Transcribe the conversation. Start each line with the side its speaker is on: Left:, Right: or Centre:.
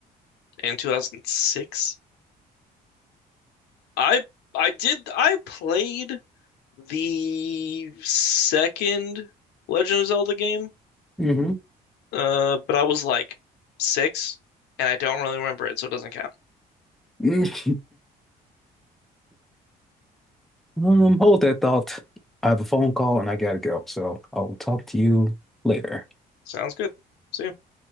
Left: in 2006. I I did I played the second Legend of Zelda game
Centre: hmm
Left: Uh, but I was like six, and I don't really remember it, so it doesn't count.
Centre: <laughs> Um, hold that thought. I have a phone call and I gotta go, so I'll talk to you later.
Left: Sounds good. See ya.